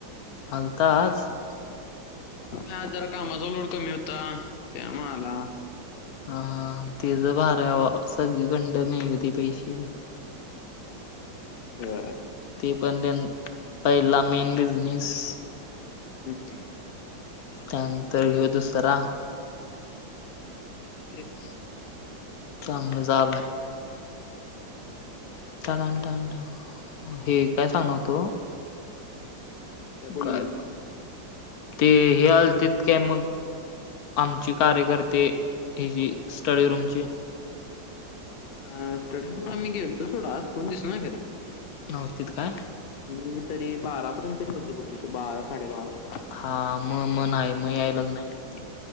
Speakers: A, on the left (about 70°); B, on the left (about 80°).
A: आलता आज.
B: <unintelligible> आज जरा कामाचा लोड कमी होता, त्यामुळं आला.
A: हा तेजं भारी हाय बा, सगळीकंड मिळवतंय पैसे ते.
B: बर.
A: तेपण त्यां पहिला मेन बिझनेस
B: <unintelligible>
A: त्यानंतर ह्यो दुसरा.
B: तेच.
A: चांगलं चालू हाय. <unintelligible> हे काय सांगणार होतो.
B: बोल
A: काय?
B: की
A: ते हे आलतीत काय मग? आमची कार्यकर्ते हेची स्टडी रूमची?
B: अ स्टडी रूमला मी गेलतो सोड आज, कोण दिसलं नाही खरं.
A: नव्हतीत काय?
B: मी तरी बारापर्यंत तरी होतो बघ तिथं, बारा साडेबारा.
A: हा म म नाही म यायलाच नाही. ती